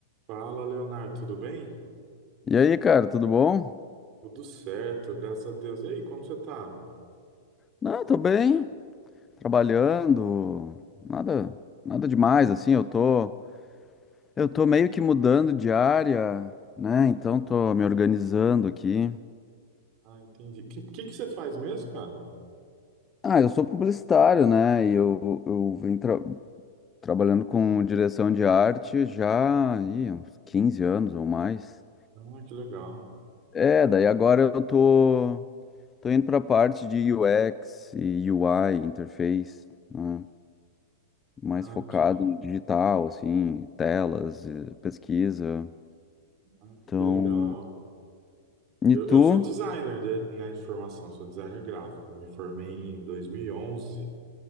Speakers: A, on the right; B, on the left.
A: Fala, Leonardo, tudo bem?
B: E aí, cara, tudo bom?
A: Tudo certo, graças a Deus. E aí, como você tá?
B: Não, tô bem, trabalhando, nada, nada demais, assim, eu tô, eu tô meio que mudando de área, né? Então tô me organizando aqui.
A: Ah, entendi. O que, que, que você faz mesmo, cara?
B: Ah, eu sou publicitário, né? E eu, eu venho tra- trabalhando com direção de arte já, ih, uns 15 anos ou mais.
A: Ah, que legal.
B: É, daí agora eu tô, tô indo pra parte de UX e UI, interface, né? mais
A: Ah,
B: focado
A: que,
B: em digital, assim, telas, eh, pesquisa.
A: ah,
B: Então,
A: que legal.
B: e
A: Eu,
B: tu?
A: eu sou designer, de- né, de formação, sou designer gráfico. Me formei em 2011